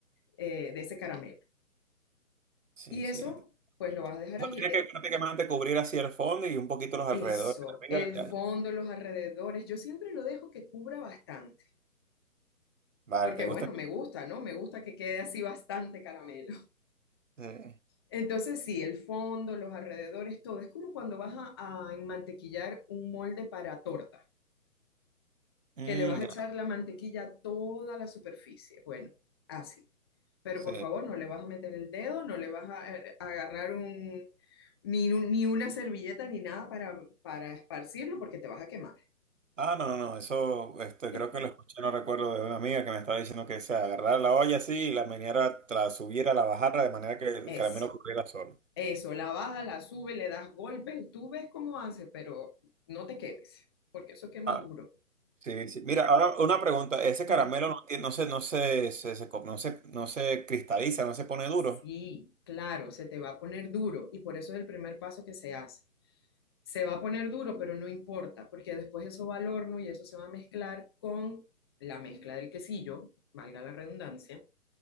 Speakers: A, on the left; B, on the right.
A: eh, de ese caramelo.
B: Sí,
A: Y
B: sí.
A: eso,
B: ya.
A: pues lo vas a dejar
B: Eso
A: allí.
B: tiene
A: Eh,
B: que prácticamente cubrir así el fondo y un poquito los alrededores.
A: Eso,
B: de
A: el
B: ya.
A: fondo, los alrededores, yo siempre lo dejo que cubra bastante,
B: Vale,
A: porque
B: ¿te gusta?
A: bueno, me gusta, ¿no? Me gusta que quede así bastante caramelo.
B: Sí.
A: Entonces, sí, el fondo, los alrededores, todo. Es como cuando vas a, a enmantequillar un molde para torta,
B: Mm,
A: que le vas a
B: ya,
A: echar la mantequilla a toda la superficie. Bueno, así. Pero
B: sí.
A: por favor, no le vas a meter el dedo, no le vas a, eh, agarrar un, ni, un- ni una servilleta ni nada para, para esparcirlo porque te vas a quemar.
B: Ah, no, no, no. Eso, este,
A: <laughs>
B: creo que lo escuché, no recuerdo, de una amiga que me estaba diciendo que se agarrara la olla así y la meneara, la subiera, la bajara de manera que el
A: Eso,
B: caramelo cubriera solo.
A: eso. La baja, la sube, le das golpes, tú ves cómo hace, pero no te quemes, porque eso quema
B: Ah,
A: duro.
B: sí, sí. Mira, ahora una pregunta. Ese
A: Dime.
B: caramelo no tiene, no se, no se, se- se co- no se, no se cristaliza, no se pone duro.
A: Sí, claro, se te va a poner duro y por eso es el primer paso que se hace. Se va a poner duro, pero no importa, porque después eso va al horno y eso se va a mezclar con la mezcla del quesillo, valga la redundancia,